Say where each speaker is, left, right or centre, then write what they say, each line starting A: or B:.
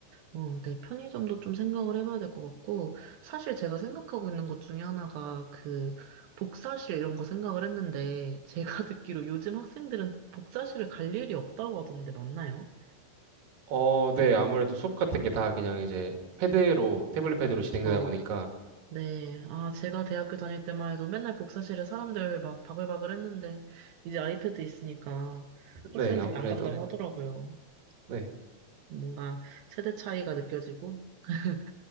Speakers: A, on the right; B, on the right.
A: 어, 네, 편의점도 좀 생각을 해봐야 될 것 같고, 사실 제가 생각하고 있는 것 중에 하나가 그 복사실 이런 거 생각을 했는데, 제가 <laughs> 듣기로 요즘 학생들은 복사실을 갈 일이 없다고 하던데 맞나요?
B: 어, 네, 아무래도 수업 같은 게 다 그냥 이제 패드로, 태블릿 패드로 진행되다
A: 저,
B: 보니까,
A: 네. 아, 제가 대학교 다닐 때만 해도 맨날 복사실에 사람들 막 바글바글 했는데, 이제 아이패드 있으니까 학생들이
B: 네, 아무래도,
A: 안 간다고 하더라고요.
B: 네,
A: 뭔가 세대 차이가 느껴지고. <laughs>